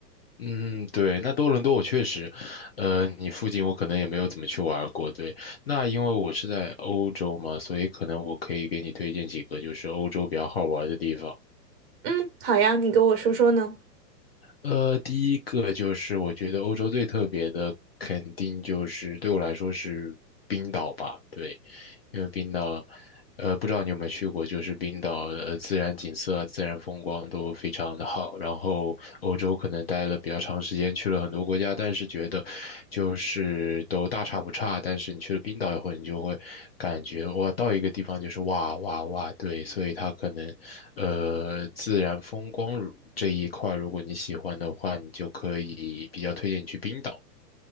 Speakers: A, on the left (about 40°); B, on the right (about 35°).
A: 嗯，对，那多伦多我确实，呃，你附近我可能也没有怎么去玩儿过。对，那因为我是在欧洲嘛，所以可能我可以给你推荐几个就是欧洲比较好玩儿的地方。
B: 嗯，好呀，你给我说说呢。
A: 呃，第一个就是我觉得欧洲最特别的，肯定就是对我来说是冰岛吧。对，因为冰岛，呃，不知道你有没有去过，就是冰岛的呃自然景色啊、自然风光都非常的好。然后欧洲可能待了比较长时间，去了很多国家，但是觉得就是都大差不差。但是你去了冰岛以后，你就会感觉哇，到一个地方就是哇哇哇，对，所以它可能，呃，自然风光这一块，如果你喜欢的话，你就可以比较推荐你去冰岛。